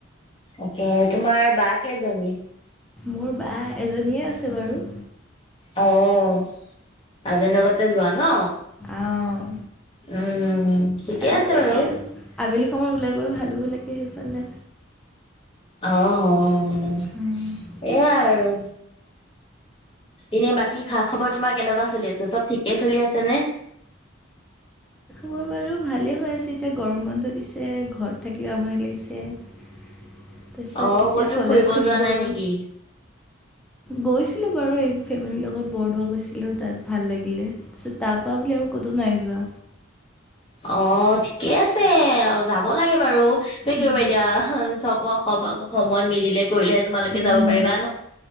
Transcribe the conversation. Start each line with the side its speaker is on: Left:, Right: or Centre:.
Left: অকে তোমাৰ বা কেইজনী?
Centre: মোৰ বা এজনীয়ে আছে বাৰু
Left: আহ আজিৰ লগতে যোৱা ন
Centre: অঁ
Left: উম ঠিকে
Centre: আৰু
Left: আছে
Centre: এনেকৈ
Left: বাৰু
Centre: আবেলি সময়ত ওলাই গৈ ভাল হ'ব লাগে সেইফালে
Left: অ অ
Centre: অঁ'
Left: এয়াই আৰু এনে বাকী খাক খবৰ তোমাৰ কেনেকুৱা চলি আছে চব ঠিকে চলি আছেনে?
Centre: মোৰ বাৰু ভালে হৈ আছে এতিয়া গৰম বন্ধ দিছে। ঘৰত থাকিব আমনি লাগিছে তাৰপিছত
Left: অ
Centre: কেতিয়া
Left: ক'তো
Centre: কলেজ
Left: ফুৰিব
Centre: খুলিব
Left: যোৱা নাই
Centre: আৰু।
Left: নেকি?
Centre: গৈছিলো বাৰু এই ফেমিলিৰ লগত বৰদোৱা গৈছিলো তাত ভাল লাগিলে। পিছত তাৰাপ পৰা বুলি আৰু ক'তো নাই যোৱা।
Left: অ', ঠিকে আছে যাব লাগে বাৰু। কৰিবা
Centre: উম
Left: এ দিয়া চাব হব আকৌ সময় মিলিলে কৰিলেহে তোমালোকে
Centre: উম
Left: যাব পাৰিবা